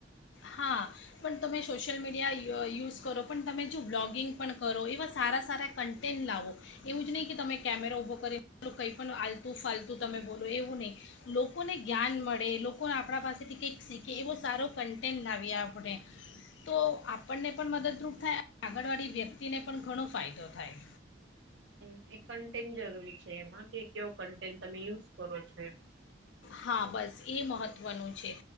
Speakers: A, on the left; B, on the right.
A: હા પણ તમે સોશિયલ મીડિયા યુઝ કરો પણ તમે જો બ્લોગિંગ પણ કરો એવા સારા સારા કન્ટેન્ટ લાવો એવું જ નહીં કે તમે કેમેરા ઊભો કરીને કંઈ પણ આલતું ફાલતું તમે બોલો એવું નહીં લોકોને જ્ઞાન મળે લોકોને આપણા પાસેથી કંઈક શીખે એવો સારો કં ટેન લાવીએ આપણે તો આપણને પણ મદદરૂપ થાય અને આગળવાળી વ્યક્તિને પણ ઘણો ફાયદો થાય.
B: હ એ કન્ટેન્ટ જરૂરી છે એમાં કે કેવો કન્ટેન્ટ તમે યુઝ કરો છો એમ
A: હા બસ એ મહત્ત્વનું છે